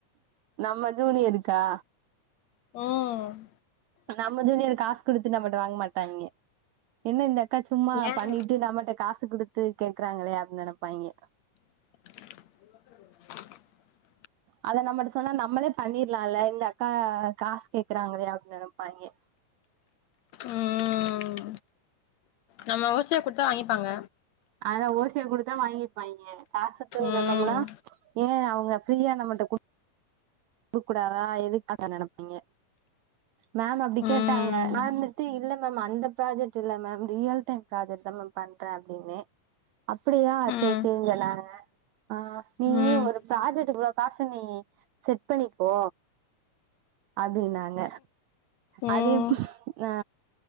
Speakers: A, on the right; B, on the left.
A: நம்ம ஜூனியருக்கா
B: ம்
A: நம்ம ஜூனியர் காசு குடுத்துட்டு நம்மட்ட வாங்க மாட்டாங்கே என்ன இந்த அக்கா சும்மா
B: ஏன்
A: பண்ணிட்டு நம்மட்ட காசு குடுத்து கேக்குறாங்களே அப்படின்னு நினைப்பாங்க
B: <inaudible>
A: அத நம்ம சொன்னா நம்மளே பண்ணிடலாம்ல இந்த அக்கா காசு கேக்குறாங்களே அப்படின்னு நினைப்பாங்க
B: ம் நம்ம ஓசியா கொடுத்தா வாங்கிப்பாங்க
A: அதா ஓசியா கொடுத்தா வாங்கிப்பாங்க காசுக்குன்னு
B: ம்
A: சொன்னோம்னா ஏன் அவங்க ஃப்ரீயா நம்மகிட்ட புக் கூடாதா எதுக் அந்த நினப்பீங்க மேம் அப்படி
B: ம்
A: கேட்டாங்க நா வந்துட்டு இல்ல மேம் அந்த ப்ராஜெக்ட் இல்ல மேம் ரியல் டைம் ப்ராஜெக்ட் தான் மேம் பண்றேன் அப்படின்னு அப்படியா
B: ம்
A: செரி செரி சொன்னாங்க ஆ நீ
B: ம்
A: ஒரு ப்ராஜெக்ட்க்கு இவ்வளவு காசு நீ இப்போ நீ போ அப்படின்னாங்க
B: ம்
A: அது எப்போ னா